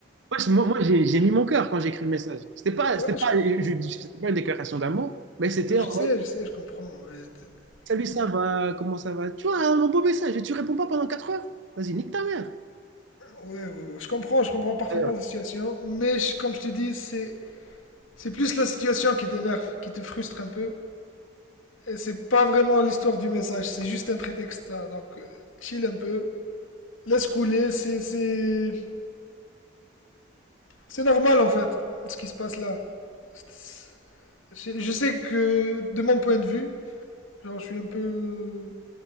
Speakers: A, on the right; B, on the left.
A: ouais, c'est- moi, moi, j'ai j'ai mis mon cœur quand j'ai écrit le message. C'était pas,
B: Ouais,
A: c'était pas,
B: je,
A: je- c'était pas une déclaration d'amour, mais c'était
B: Je
A: en
B: sais,
A: mode,
B: je sais, je comprends. mais t-
A: Salut, ça
B: t-
A: va, comment ça va? Tu vois, un beau message et tu réponds pas pendant 4 heures? Vas-y, nique ta mère.
B: Ouais, ouais, ouais, je comprends, je comprends parfaitement
A: Euh,
B: la situation, mais je- comme je te dis, c'est c'est plus la situation qui t'énerve, qui te frustre un peu. Et c'est pas vraiment l'histoire du message, c'est juste un prétexte. hein, donc, euh, chill un peu, laisse couler, c'est c'est c'est normal en fait, ce qui se passe là. C'est- Je, je sais que de mon point de vue, genre je suis un peu,